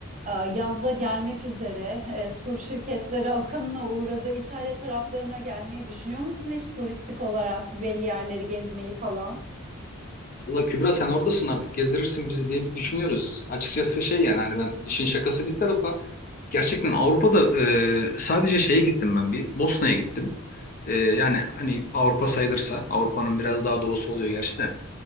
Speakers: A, on the right (about 35°); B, on the left (about 40°).
A: e, yazda gelmek üzere e, tur şirketleri akınına uğradı. İtalya taraflarına gelmeyi düşünüyor musun hiç turistik olarak belli yerleri gezmeyi falan?
B: Valla Kübra sen oradasın artık gezdirirsin bizi diye bir düşünüyoruz. Açıkçası şey yani hani ben işin şakası bir tarafa gerçekten Avrupa'da e, sadece şeye gittim ben bir Bosna'ya gittim. E, yani hani Avrupa sayılırsa Avrupa'nın biraz daha doğusu oluyor gerçi de.